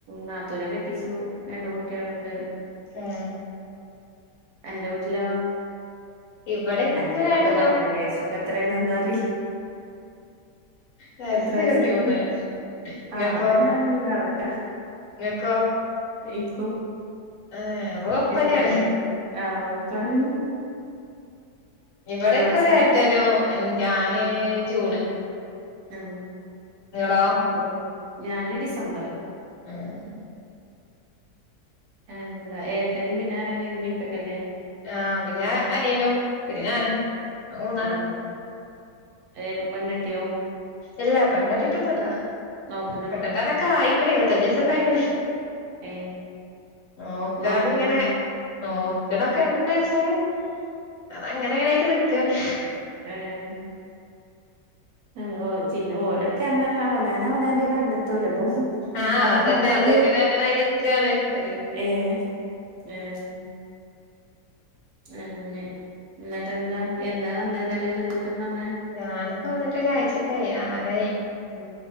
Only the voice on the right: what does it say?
നാത്തൂനെ കെട്ടിച്ചു രണ്ട് കുട്ടിളുണ്ട്
അന്റെ വീട്ടിലോ
അന്റെന്നൊക്കെ പറിണേ വയസൊക്കെ എത്രെണെന്നൊന്നും അറീല
എത്ര വയസായി
ആ അപ്പൊ ഞാനും ഇയും കറക്റ്റാ.
എൻക്കും
എടുത്തോണ്ട് ആഹ്‌ <unintelligible>
മാസാ
ഉം
ഏ ഞാന് ഡിസംബർ
എന്താ ഏട്ടനും പിന്നാരാള്ളത് മ്മി ഇപ്പൊക്കല്ലേ
ഉം എട്ടൻ പെണ്ണ് കെട്ടിയോ
നോക്കണുണ്ടോ
ഏ
നോക്കണ്ടോ
ഏഹ് ഏ ഓ ച്ചിന്ന ഓലൊക്കെ അന്നാ അവനാന അവനാന്റെ കണ്ട.. ചെലപ്പോം ഉം
കാണാലെല്ലേ
ഏഹ് ഏഹ്. അങ്ങനെ ഇന്നിട്ട് എന്താ എന്നാ വന്നേ ഇന്നിട്ട് വീട്ട്ക്ക് എന്നാ വന്നേ
ഉം